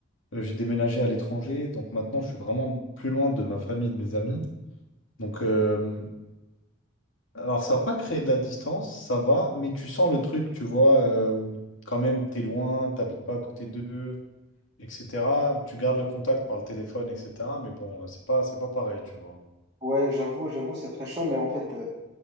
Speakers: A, on the left; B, on the right.
A: Euh, J'ai déménagé à l'étranger, donc maintenant, je suis vraiment plus loin de ma famille, de mes amis. Donc, euh, alors, ça n'a pas créé de la distance, ça va, mais tu sens le truc, tu vois, euh, où quand même, t'es loin, t'habites pas à côté d'eux, etc. Tu gardes le contact par le téléphone, etc. Mais bon, c'est pas, c'est pas pareil, tu vois.
B: Ouais, j'avoue, j'avoue, c'est très chaud, mais en fait, euh,